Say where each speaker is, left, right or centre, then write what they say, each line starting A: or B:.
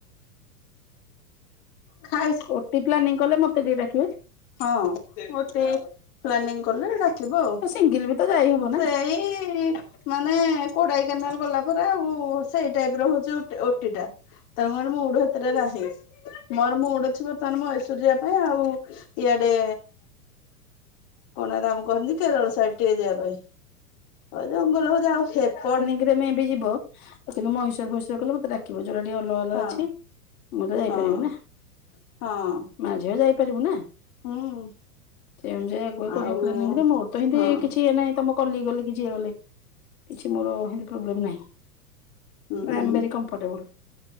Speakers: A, on the left; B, on the left.
A: ଖାଇ
B: ଓଟି ପ୍ଲାନିଂ କଲେ ମତେ ଟିକିଏ ଡାକିବେ।
A: ହଁ, ଓଟି ପ୍ଲାନିଂ କଲେ ଡାକ୍ କିବୁ ଆଉ।
B: ତ ସିଙ୍ଗିଲ ବି ତ ଯାଇ ହବ ନା
A: ସେଇ ମାନେ କୋଡାଇ କେନାଲ ଗଲା ପରେ, ଆଉ ସେଇ ଟାଇପ ର ହଉଚି ଓଟି ଟା। ତମର ମୁଡ଼ ହେଥେରେ ନାହିଁ। ମୋର ମୁଡ଼ ଅଛି ବର୍ତ୍ତମାନ ମହୀଶୂର ଯିବା ପାଇଁ ଆଉ ଇଆଡେ କଣ ତାକୁ କହନ୍ତି? କେରଳ ସାଇଡ ଟିକେ ଯିବା ପାଇଁ। ମୁଁ କହିଲି, ତମେ ଦି ଜଣ ଯାଅ। ହେପ
B: ଯଦି ତମେ ମେ ବି ଯିବ? ତ ମହିଶୁର ଫହିଶୁର ଗଲେ ମତେ ଡାକି ମୋର ଯଉଟା ଟିକେ ଅଲଗା ଅଲଗା
A: ହଁ
B: ଅଛି ମୁଁତ ଯାଇପାରିବି
A: ହଁ
B: ନା। <unintelligible>
A: ହଁ
B: ମା, ଝିଅ ଯାଇପାରିବୁନୁ ନା?
A: ହୁଁ।
B: ସେମତି ଆଗୁଆ କହିବ
A: ଆଉ
B: ପ୍ଲାନିଂ ରେ, ମୋର ତ ଏମତି
A: ହଁ
B: ଏ କିଛି ଇଏ ନାହିଁ ତମ କଲିକ୍ ଗଲେ, କି ଯିଏ ଗଲେ। କିଛି ମୋର ହେନ୍ତି ପ୍ରୋବଲେମ୍ ନାହିଁ।
A: ହୁଁ
B: ଆଇ ଆମ
A: ହୁଁ।
B: ଭେରୀ କମ କମ୍ଫଟେବଲ।